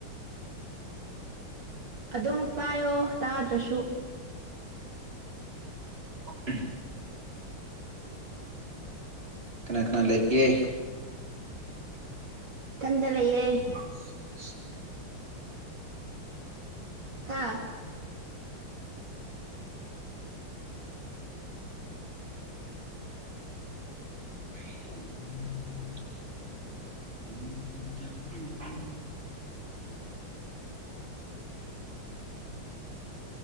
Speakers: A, on the right (about 55°); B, on the right (about 25°).
A: ꯑꯗꯨꯝ ꯄꯥꯏꯌꯣ ꯇꯥꯗ꯭ꯔꯁꯨ
B: ꯎꯝ <inaudible> ꯀꯅꯥ ꯀꯅꯥ ꯂꯩꯒꯦ
A: ꯏꯊꯟꯗ ꯂꯩꯌꯦ
B: ꯁꯦꯁ
A: ꯍꯥꯥ
B: ꯃ <inaudible> <inaudible>